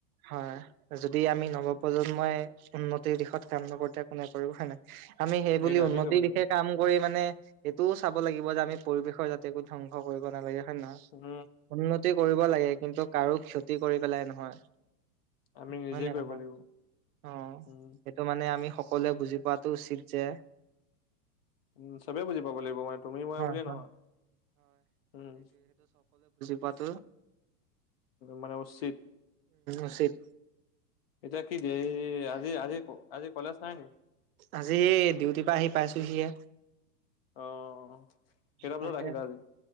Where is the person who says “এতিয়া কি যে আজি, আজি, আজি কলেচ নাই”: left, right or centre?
Left